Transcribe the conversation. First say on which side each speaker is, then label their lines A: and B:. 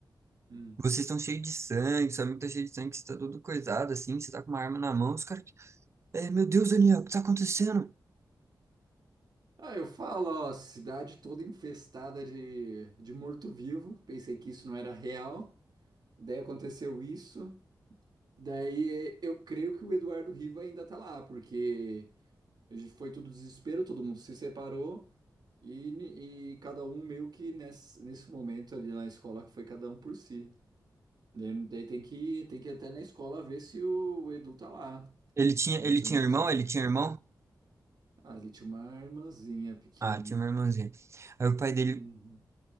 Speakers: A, on the right (about 60°); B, on the right (about 35°).
A: Hum.
B: Vocês estão cheios de sangue, seu amigo tá cheio de sangue, você tá todo coisado assim, você tá com uma arma na mão, os caras, é, meu Deus, Daniel, o que tá acontecendo?
A: Ah, eu falo, ó, cidade toda infestada de, de morto-vivo. Pensei que isso não era real. Daí aconteceu isso. Daí eu creio que o Eduardo Riva ainda tá lá, porque foi tudo desespero, todo mundo se separou e, ni- e cada um meio que nesse, nesse momento ali na escola que foi cada um por si. Daí, daí tem que, tem que ir até na escola ver se o Edu tá lá.
B: Ele tinha,
A: Mas
B: ele
A: eu
B: tinha
A: não
B: irmão?
A: sei.
B: Ele tinha irmão?
A: Ah, ele tinha uma irmãzinha pequena.
B: Ah, tinha uma irmãzinha. Aí o pai dele
A: Uhum.